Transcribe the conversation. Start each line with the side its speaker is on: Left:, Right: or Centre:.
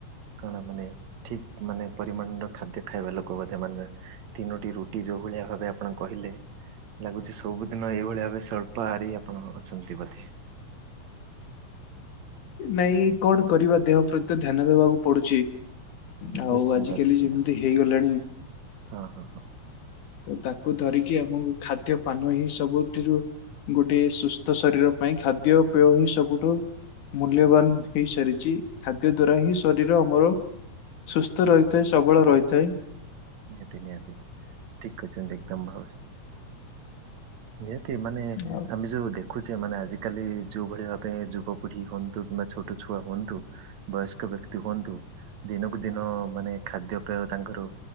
Right: କାରଣ ମାନେ ଠିକ୍ ମାନେ ପରିମାଣର ଖାଦ୍ୟ ଖାଇବା ଲୋକ ମଧ୍ୟ ମାନେ। ତିନୋଟି ରୁଟି ଯୋଉ ଭଳିଆ ଭାବେ ଆପଣ କହିଲେ। ଲାଗୁଛି ସବୁଦିନ ଏଇଭଳି ଭାବେ ସ୍ୱଳ୍ପ ହାରି ଆପଣ ଅଛନ୍ତି ବୋଧେ।
Left: ନାଇଁ କଣ କରିବା ଦେହ ପ୍ରତି ଧ୍ୟାନ ଦବାକୁ ପଡୁଛି। ଆଉ
Right: ନିଶ୍ଚିନ୍ତ
Left: ଆଜିିକାଲି
Right: ନିଶ୍ଚିନ୍ତ
Left: ଯେମିତି ହେଇଗଲାଣି।
Right: ହଁ ହଁ ହଁ
Left: ତ ତାକୁ ଧରିକି ଆମକୁ ଖାଦ୍ୟ ପାନ ହିଁ ସବୁଥିରୁ। ଗୋଟେ ସୁସ୍ଥ ଶରୀର ପାଇଁ ଖାଦ୍ୟ ପେୟ ହିଁ ସବୁଠୁ ମୂଲ୍ୟବାନ ହେଇସାରିଛି, ଖାଦ୍ୟ ଦ୍ଵାରା ହିଁ ଶରୀର ଆମର। ସୁସ୍ଥ ରହିଥାଏ ସବଳ ରହିଥାଏ।
Right: ନିହାତି ନିହାତି, ଠିକ୍ କହିଛନ୍ତି ଏକଦମ୍ ଭାବେ। ନିହାତି ମାନେ
Left: ଆଉ
Right: ଆମେ ଯୋଉ ଦେଖୁଛେ ମାନେ ଆଜିକାଲି ଯୋଉ ଭଳି ଭାବେ ଯୁବପିଢ଼ି ହୁଅନ୍ତୁ। କିମ୍ବା ଛୋଟ ଛୁଆ ହୁଅନ୍ତୁ, ବୟସ୍କ ବ୍ୟକ୍ତି ହୁଅନ୍ତୁ। ଦିନକୁ ଦିନ ମାନେ ଖାଦ୍ୟପେୟ ତାଙ୍କର